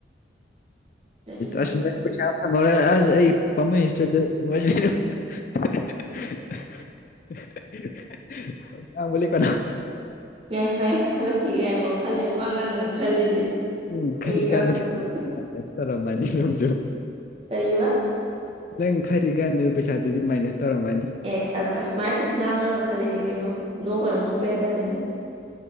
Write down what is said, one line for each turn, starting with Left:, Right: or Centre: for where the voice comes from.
Right: ꯀꯔꯤꯅꯣ
Left: ꯑꯁ ꯄ꯭ꯔꯁꯥꯗ ꯍꯥꯏꯅꯔꯦ ꯑꯩ <inaudible> ꯄꯥ ꯃꯨꯏꯌꯦ ꯁꯠ ꯁꯠ ꯋꯔꯤꯥ <unintelligible> ꯉꯥꯡꯕ ꯂꯦꯞ ꯀꯥꯅꯣ <unintelligible>
Right: ꯉꯏꯈꯣꯏ ꯈꯜꯂꯛꯈꯤꯒꯦ ꯉꯏꯈꯣ ꯈꯜꯂꯦ ꯋꯥ ꯉꯥꯡꯉꯥꯡ
Left: ꯑꯁ
Right: ꯈꯜꯂꯤꯅꯦ
Left: ꯅꯪ
Right: ꯀꯩꯉꯡꯗꯣꯏꯅꯣꯅ
Left: ꯈꯜꯂꯤꯀꯥꯟꯗ ꯄꯩꯁꯥꯗꯨꯗꯤ ꯃꯥꯏꯅꯁ ꯇꯧꯔꯝꯃꯅꯤ ꯌꯣꯡꯁꯨ
Right: ꯀꯔꯤꯕ
Left: ꯅꯪ ꯈꯜꯂꯤ ꯀꯥꯟꯗ ꯄꯩꯁꯥꯗꯨꯗꯤ ꯃꯥꯏꯅꯁ ꯇꯧꯔꯝꯃꯅꯤ
Right: ꯑꯦ ꯑꯗꯨꯃꯥꯏ ꯁꯨꯃꯥꯏꯅ ꯁꯨꯝ ꯉꯥꯡꯉꯒ ꯈꯜꯂꯤꯅꯦ ꯀꯩꯅꯣ ꯅꯣꯛꯀꯅꯣ ꯅꯣꯛꯄ ꯌꯥꯗꯦ ꯍꯥꯏꯕꯅꯦ